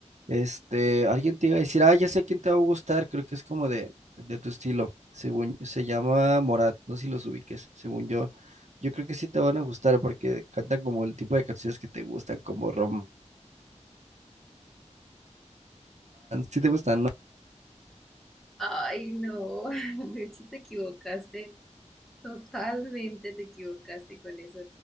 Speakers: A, on the right; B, in the centre.
A: Este, alguien te iba a decir, ah, ya sé quién te va a gustar, creo que es como de, de tu estilo, según, se llama Morat, no sé si los ubiques, según yo, yo creo que sí te van a gustar porque cantan como el tipo de canciones que te gustan, como romance, si te gustan, no
B: Ay, no, <laughs> de hecho te equivocaste, totalmente te equivocaste con eso.